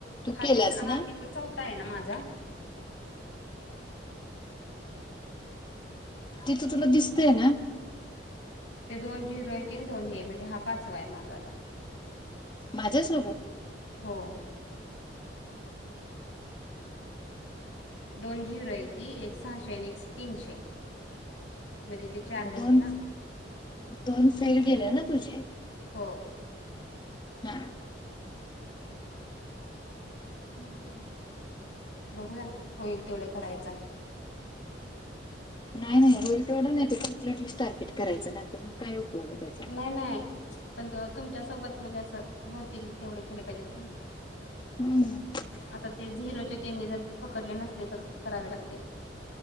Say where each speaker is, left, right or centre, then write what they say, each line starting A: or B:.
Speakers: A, on the left; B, on the left.
A: तू
B: हा
A: केलास
B: तिसरा
A: ना
B: हा किती चौथा आहे ना माझा
A: तिथं तुला दिसतंय ना?
B: ते दोन झिरो आहे तीन दोन हे म्हणजे हा पाचवा आहे माझा आता
A: माझ्यासोबत
B: हो दोन जी रयती एक सहाशे आणि एक तीनशे म्हणजे ते चार झाले
A: दोन
B: ना
A: दोन फेल गेले ना तुझे?
B: हो
A: हा
B: हम्म बघूया होईल तेवढं करायचं
A: नाही नाही होईल तेवढं नाही कम्टली टार्गेट करायचं नाही तर मग काय उपयोग आहे त्या
B: नाही नाही पण तुमच्या सोबत म्हणजे असं होतील तेवढे केले पाहिजेत.
A: हम्म
B: आता ते झिरोचे त्यांनी जर पकडले नसले तर करावे लागतील.